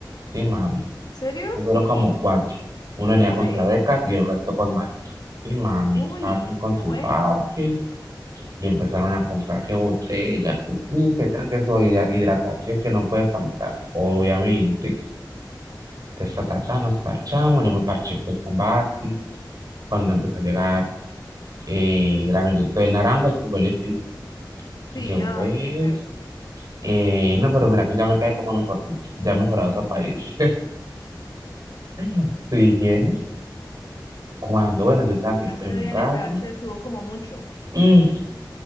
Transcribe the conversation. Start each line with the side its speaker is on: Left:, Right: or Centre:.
Right: Sí, mami.
Left: ¿Serio?
Right: Eso Fueron como cuatro. Uno venía
Left: Ure.
Right: contra becas y el resto con marica. Sí, mami.
Left: Uy,
Right: Cada quien con
Left: qué
Right: su
Left: bueno.
Right: parche. Y empezaron a comprar qué botella, qué drink, qué tran, que eso hidra- hidratación que no puede faltar, obviamente ta, ta, nos parchamos, yo me parché pues con Basti, cuando empezó a llegar eh, el amiguito del naranjo, el que huele feo, llegó
Left: Sí, ay,
Right: él,
Left: qué feo.
Right: eh, no, pero mira que ya me cae como mejorcito, ya ha mejorado su apariencia, <laughs> su higiene, cuando, bueno, yo estaba en
Left: Y
Right: mi,
Left: No es
Right: en
Left: que
Right: mi
Left: Diana
Right: raya,
Left: y PH sudó como mucho.
Right: mm,